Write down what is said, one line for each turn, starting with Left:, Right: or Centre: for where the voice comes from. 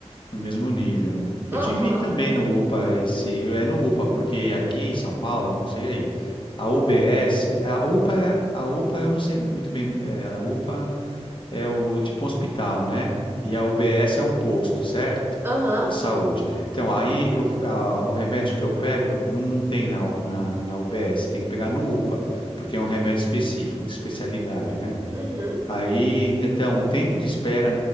Left: No mesmo nível, né?
Right: Aham,
Left: Eu tive também no UPA esse, é no UPA, porque aqui em São Paulo, não sei aí, a UBS, a UPA, é- a UPA eu não sei muito bem, é, a UPA é o tipo um hospital, né? E a UBS é um posto, certo?
Right: aham,
Left: De saúde. Então, aí eu, a- o remédio que eu pego não tem na, na, na UBS, tem que pegar no UPA, porque é um remédio específico, de especialidade, né?
Right: uhum,
Left: Aí, então, o tempo de espera